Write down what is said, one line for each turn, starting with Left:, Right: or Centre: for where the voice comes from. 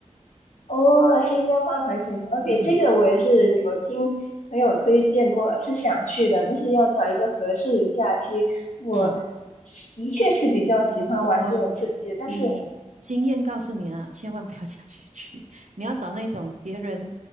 Left: 哦，新加坡的环球影城，OK，
Right: 嗯
Left: 这个我也是有听朋友推荐过，是想去的，但是要找一个合适的假期。我
Right: 嗯，
Left: 是的确是比较喜欢玩这种刺激的，
Right: 我我
Left: 但是
Right: 以经验告诉你啊，千万不要假期去，你要找那种别人